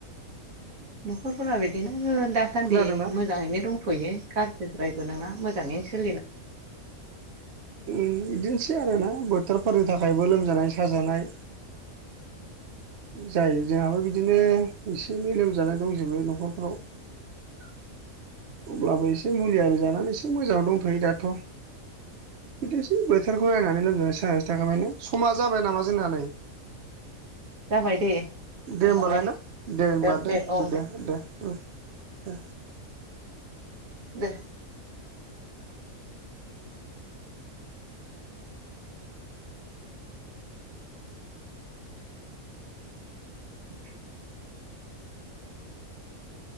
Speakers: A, on the right (about 70°); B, on the right (about 55°).
A: नखरफोरा बिदिनो दासान्दि
B: खोनादोंना
A: मोजाङैनो दंथ'यो गाज्रिद्रायबो नङा मोजां मोजाङैनो सोलिला
B: ओ बिदिनोसै आरो ना बोथोरफोरनि थाखायबो लोमजानाय साजानाय
A: <inaudible>
B: जायो जोंहाबो बिदिनो एसे एनै लोमजानाय दंजोबो नखरफ्राव
A: <inaudible>
B: अब्लाबो एसे मुलि आरि जानानै एसे मोजाङाव दंथ'यो दाथ' बिदिनोसै बोथोरखौ नायनानै लोमजानाय साजानायसो थाखाबाय ना समा जाबाय नामा जोंना नै
A: जाबाय दे होनबालाय
B: दे होमबालाय ना दे होमबा
A: दोनसै
B: दोनथ'सै
A: औ
B: दे दे ओ दे
A: दे <inaudible>